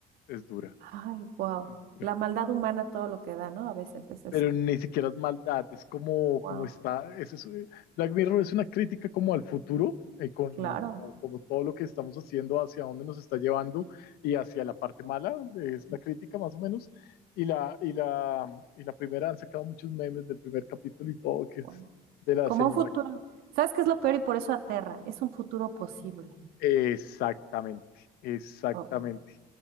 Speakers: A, on the left; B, on the right.
A: es dura,
B: Ay, wow.
A: es dura.
B: La maldad humana, todo lo que da, ¿no? A veces es eso.
A: pero ni siquiera es maldad, es como,
B: Wow.
A: como está, eso es, eh, Black Mirror es una crítica como al futuro, eh, con
B: Claro.
A: como, como todo lo que estamos haciendo, hacia dónde nos está llevando y hacia la parte mala, donde es la crítica más o menos, y la, y la, y la primera, han sacado muchos memes del primer capítulo y todo, que es
B: Guau.
A: de la
B: Como
A: señora.
B: un futuro. ¿Sabes qué es lo peor y por eso aterra? Es un futuro posible.
A: Exactamente, exactamente.
B: Oh,